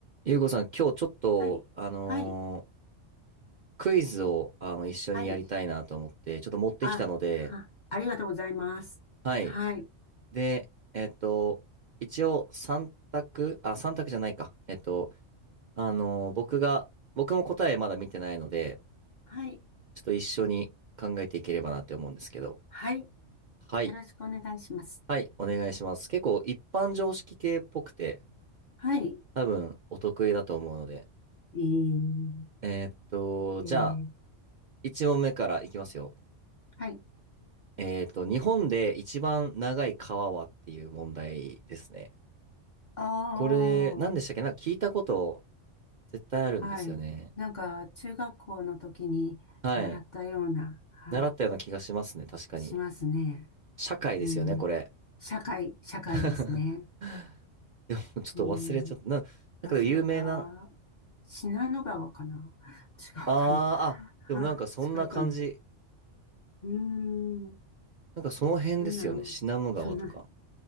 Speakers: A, on the right (about 55°); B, on the left (about 50°).
A: ゆうこさん、今日ちょっと、
B: はい。
A: あのー
B: はい。
A: クイズを、あの、一緒にやりたいなと思って、
B: はい。
A: ちょっと持ってきたので、
B: あ、あ、ありがとうございます。
A: はい。
B: はい。
A: で、えっと、一応3択、あ、三択じゃないか。えっと、あのー僕が、僕も答えまだ見てないので、
B: はい。
A: ちょっと一緒に考えていければなって思うんですけど、
B: はい。
A: はい。
B: よろしくお願いします。
A: はい、お願いします。結構一般常識系っぽくて、
B: はい。
A: 多分お得意だと思うので、
B: えー、
A: えっと、
B: えー、
A: じゃあ、1問目からいきますよ。
B: はい。
A: えっと、日本で一番長い川はっていう問題ですね。
B: ああ、
A: これ、何でしたっけなんか聞いたこと絶対あるんですよね。
B: はい。なんか、中学校の時に習ったような、
A: はい。
B: はい。
A: 習ったような気がしますね。確かに。
B: しますね。
A: 社会ですよね、
B: うん。
A: これ。
B: 社会、社会ですね。
A: <laughs> でもちょっと忘れちゃった。
B: うん。
A: な、なんかでも有名な、
B: 忘れた。信濃川かな <laughs>
A: あーあ、
B: 違うかな。<laughs> は違うかな。
A: でもなんかそんな感じ。
B: うーん、
A: なんかその辺ですよね。
B: なんだろう。
A: 信濃川とか。
B: そんな、